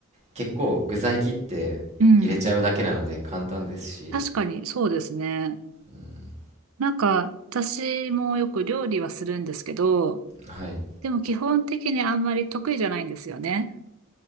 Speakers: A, on the right; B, on the right.
A: 結構具材切って入れちゃうだけなので簡単ですし、
B: うん。うん。確かに、そうですね。
A: うん、
B: なんか、私もよく料理はするんですけど、
A: はい。
B: でも基本的にあんまり得意じゃないんですよね。